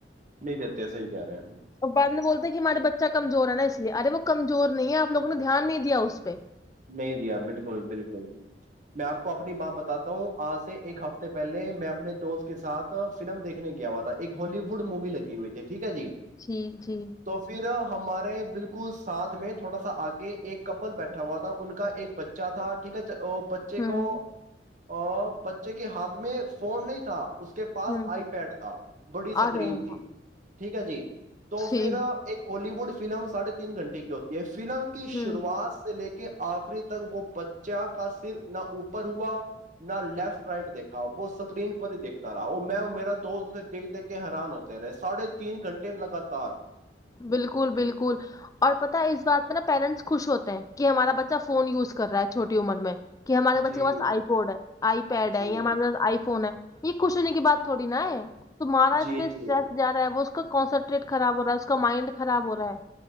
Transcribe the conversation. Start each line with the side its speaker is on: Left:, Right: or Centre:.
Right: نہیں دیتے صحی کہہ رہے ہیں
Left: بد میں بولتے کہ ہمارے بچہ کم جو رہ ہے نا اس لیے ارے وہ کمزور نہیں ہے آپ لگوں نے دھیان نہیں دیا اس پہ
Right: نہیں جیا بالکل بالکل میں آپ کو اپنی بات بتاتا ہوں آج سے ایک ہفتے پہلے میں اپنے دوست کے ساتھ فلم دیکھنے کیا ہوا تھا ایک ہالی وڈ مووی لگی ہوئی دیک ٹھیک ہے جی
Left: جی جی
Right: تو پھر ہمارے بالکل ساتھ میں تھوڑا سا آگے ایک کپل بیٹھ تھا وہاں تھا ان کا ایک بچہ تھا ٹھیک ہے بچے
Left: ہوں
Right: کو اور بچے کے ہاتھ میں فون نہیں تھا اس کے پاس
Left: ہوں
Right: آئی پیڈ تھا بڑی سکرین
Left: ارے
Right: تھی
Left: ہاں
Right: ٹھیک ہے جی تو
Left: جی
Right: پھر ایک ہالی ووڈ فلم سڑھے تین گھنٹ کی ہوتی ہے فلم کی شروعات
Left: ہوں
Right: لے کے آخری تک وہ بچہ کا سر نہ اوپر ہوا نہ لیفٹ رائٹ دیکھا وہ اسکرین پر ہی دیکھتا رہا وہ میں میرا دوستے دیکھ دیکھ کے حیران ہوتے رہے ساڑھے تین گھنٹے لگاتار
Left: بالکل بالکل اور پتا اس بات میں نا پیرنٹس خوش ہوتے ہیں کہ ہمارا بچہ فون یوز کر رہا ہے چھوٹی عمر میں کہ ہمارے بچے
Right: جی
Left: کے پاس آئی پوڈ ہے آئی پیڈ
Right: جی
Left: ہے یا ہمارے پاس آئی فون ہے یہ کچھ ہونے کی بات تھوڑی نا ہے تمہارا
Right: جی
Left: اس پہ اسٹریس
Right: جی
Left: زیادہ ہے وہ اس کنسنٹریٹ خراب ہو رہا اس کو اس کا مائنڈ خراب ہو رہا ہے